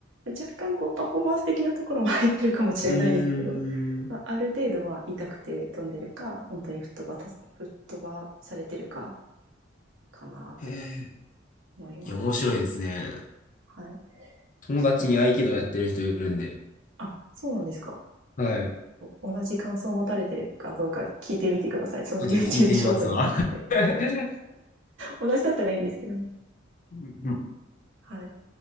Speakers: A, on the right; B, on the left.
A: 若干こうパフォーマンス的なところも入ってるかもしれないですけど、
B: うーん。
A: まあ、ある程度は痛くて飛んでるか、本当に吹っ飛ば吹っ飛ばされてるか、かなと
B: へえ、
A: 思います。
B: いや、面白いですね。
A: はい。
B: 友達に合気道やってる人いるんで、
A: ちょっと、あ、そうなんですか。
B: はい。ち
A: 同じ感想を持たれてるかどうか聞いてみてください。その
B: ょっと聞いてみますわ。
A: YouTube ショートについて。
B: <laughs>
A: 同じだったらいいんですけどね。
B: うん
A: はい。